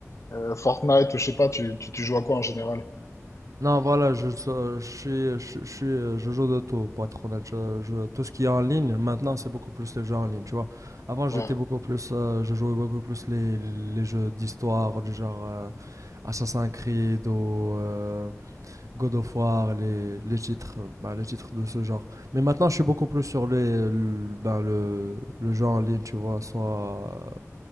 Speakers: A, on the left (about 70°); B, on the right (about 85°).
A: euh, Fortnite ou je sais pas, tu, tu, tu joues à quoi en général?
B: Non, voilà, je, je suis, je, je suis, euh, je joue de tout, pour être honnête. Je- je- tout ce qui est en ligne, maintenant, c'est beaucoup plus les jeux en ligne, tu vois. Avant, j'étais
A: Ouais.
B: beaucoup plus, euh, je jouais beaucoup plus les, les jeux d'histoire, du genre euh, Assassin's Creed ou. euh, God of War, les, les titres, bah, les titres de ce genre. Mais maintenant, je suis beaucoup plus sur les, le, ben, le, le jeu en ligne, tu vois, soit,